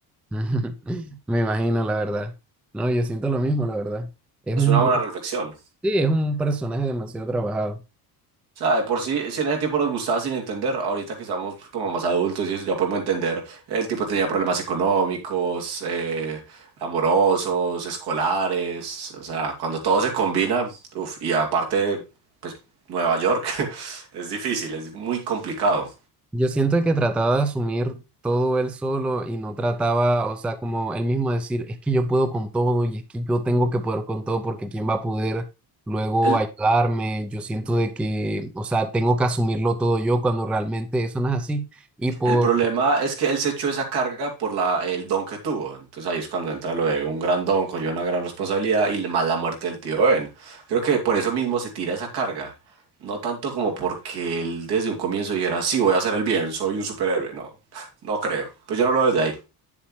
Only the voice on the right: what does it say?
Es
una buena reflexión.
O sea, de por sí, si en ese tiempo nos gustaba sin entender, ahorita que estamos como más adultos y eso, ya podemos entender. El tipo tenía problemas económicos, eh, amorosos, escolares. O sea, cuando todo se combina, uf, y aparte, pues Nueva York, <laughs> es difícil, es muy complicado.
El-
El problema es que él se echó esa carga por la, el don que tuvo. Entonces ahí es cuando entra lo de un gran don, conlleva una gran responsabilidad y más la muerte del tío Ben. Creo que por eso mismo se tira esa carga. No tanto como porque él desde un comienzo dijera, sí, voy a hacer el bien, soy un superhéroe. No, <laughs> no creo. Pues yo no lo veo desde ahí.